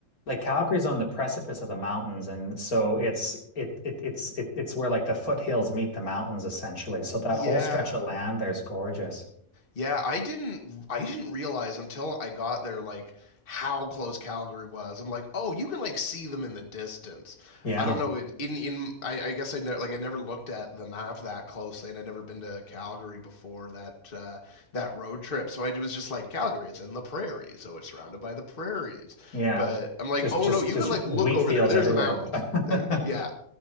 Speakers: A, on the left; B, on the left.
A: like Calgary's on the precipice of the mountains and so it's it it it's it, it's where like the foothills meet the mountains essentially. So that
B: Yeah.
A: whole stretch of land there's gorgeous.
B: Yeah, I didn't I didn't realize until I got there like how close Calgary was. I'm like, oh, you can like see them in the distance.
A: Yeah.
B: I don't know. It, in in I, I guess I ne- like I never looked at the map that closely, and I'd never been to Calgary before that uh, that road trip. So I was just like, Calgary, it's in the prairies, so it's surrounded by the prairies.
A: Yeah.
B: But I'm like,
A: Just
B: oh
A: just
B: no, you
A: just
B: can like look
A: wheat
B: over
A: fields
B: there. There's
A: everywhere.
B: the mountains.
A: <laughs>
B: There,
A: But
B: yeah.